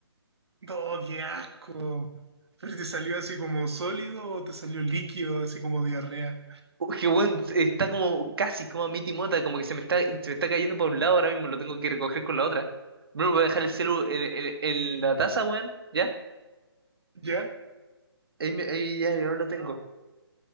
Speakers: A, on the right; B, on the right.
A: ¡Oh, qué asco! ¿Pero te salió así como sólido o te salió líquido, así como diarrea?
B: Oh, Que weón, está como casi como a mi timota, como que se me está, se me está cayendo por un lado, ahora mismo lo tengo que recoger con la otra. Bruno, voy a dejar el celu en, en- en la taza, weón, ¿ya?
A: ¿Ya?
B: Ahí, me- ahí ya, yo ahora lo tengo.